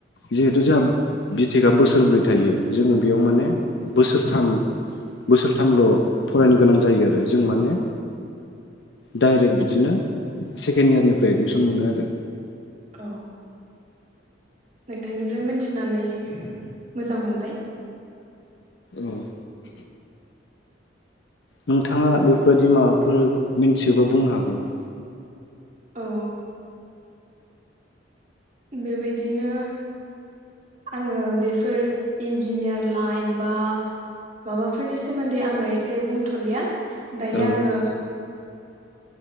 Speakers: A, on the left; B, on the right.
A: जिहेथु जोंहा बिटेकआ बोसोरब्रै थायो जोङो बेयाव माने
B: औ
A: बोसोर थाम बोसोरथामल' फरायनो गोनां जायो आरो जों माने डाइरेक्ट बिदिनो सेकेण्ड इयारनिफ्राय एडमिसन मोनो आरो
B: औ नोंथांनिफ्राय मि थिनानै मोजां मोनबाय
A: औ नोंथाङा बेफोरबायादि माबाफोर मिनथियोबा बुंनो हागौमोन
B: औ बेबायदिनो आङो बेफोर इन्जिनियार लाइन बा माबाफोरनि सोमोन्दै आङो एसे बुंथ'लिया दायो
A: औ
B: आङो